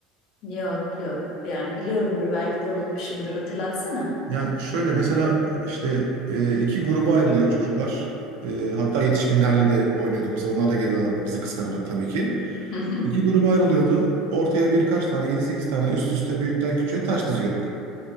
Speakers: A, on the left; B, on the right.
A: Yok yok. Yani biliyorumdur belki de unutmuşumdur. Hatırlatsana.
B: Yani şöyle mesela işte eee, iki gruba ayrılıyor çocuklar. Eee, hatta yetişkinlerle de oynuyorduk biz. Onlar da geliyorlardı bizi kıskanarak tabii ki.
A: <laughs>
B: İki gruba ayrılıyordu. Ortaya birkaç tane yedi sekiz tane üst üste büyükten küçüğe taş diziyorduk.